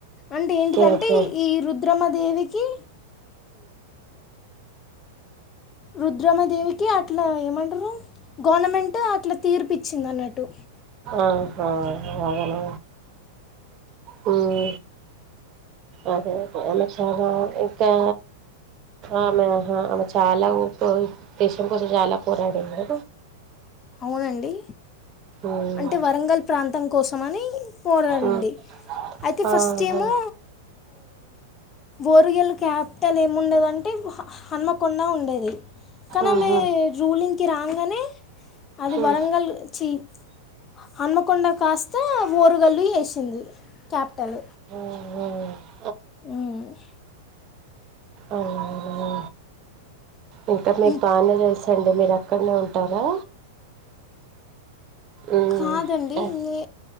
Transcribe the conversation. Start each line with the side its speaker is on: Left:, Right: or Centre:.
Left: అంటే ఏంటిదంటే
Right: ఓకే
Left: ఈ రుద్రమ దేవికి రుద్రమదేవికి అట్లా ఏమంటారు గవర్నమెంట్ అట్లా తీర్పు ఇచ్చింది అన్నట్టు
Right: ఆహ అవునా హమ్ అదే అమె చాల ఇంకా ఆమె ఆమె చాలా ఓపికతో దేశం కోసం చాలా పోరాడింది
Left: అవునండి
Right: ఉమ్,
Left: అంటే వరంగల్ ప్రాంతం కోసం అని పోరాడింది
Right: ఉమ్,
Left: అయితే ఫస్ట్
Right: ఆహా
Left: ఏమో ఓరుగల్లు క్యాపిటల్ ఏముండేదంటే హన్మకొండా ఉండేది కానీ
Right: ఉహు,
Left: ఆమె రూలింగ్ కి రాగానే అది వరంగల్
Right: ఉమ్,
Left: చి హన్మకొండ కాస్త ఓరుగల్లు చేసింది క్యాపిటల్
Right: హమ్
Left: ఆమ్
Right: అవునా ఇంకా మీకు
Left: ఇంక్
Right: బాగానే తెలుసు అండి మీరు ఎక్కడనే ఉంటారా ఉమ్,
Left: కాదండి
Right: ఆ,
Left: నే